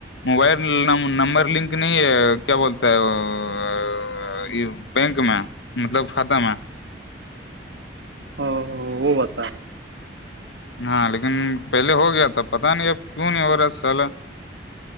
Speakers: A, on the left; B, on the right.
A: موبائل نمبر لنک نہیں ہے کیا بولتا ہے بینک میں مطلب کھاتہ میں
B: ا وہ بتا رہ
A: ہاں لیکن پہلے ہو گیا تھا پتا نہیں اب کیوں نہیں ہو رہا سالا